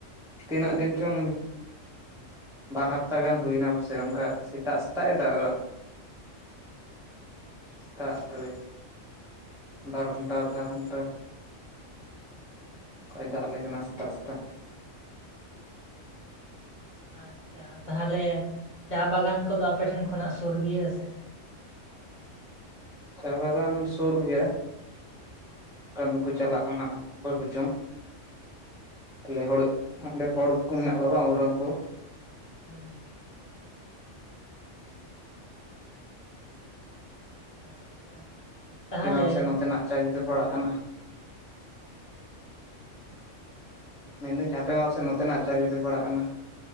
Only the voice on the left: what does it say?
ᱟᱪᱷᱟ ᱛᱟᱦᱚᱞᱮ ᱪᱟ ᱵᱟᱜᱟᱱ ᱠᱚᱫᱚ ᱟᱯᱮᱴᱷᱮᱱ ᱠᱷᱚᱱᱟᱜ ᱥᱚᱨ ᱜᱮᱭᱟ ᱥᱮ ᱥᱮ
ᱦᱮᱸ ᱟᱪᱪᱷᱟ ᱛᱟᱦᱚᱞᱮ